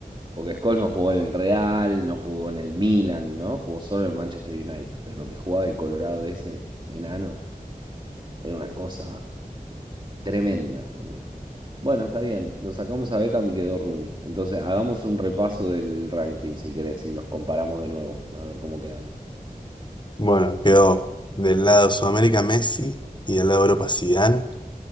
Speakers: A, on the right; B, on the left.
A: Porque Scholes no jugó en el Real, no jugó en el Milan, ¿no? Jugó solo en Manchester United. Pero lo que jugaba el Colorado ese, enano, era una cosa tremenda, boludo. Bueno, está bien, lo sacamos a Beckham y quedó Rooney. Entonces, hagamos un repaso del ranking, si querés, y los comparamos de nuevo, a ver cómo quedaron.
B: Bueno, quedó del lado Sudamérica Messi y del lado Europa Zidane,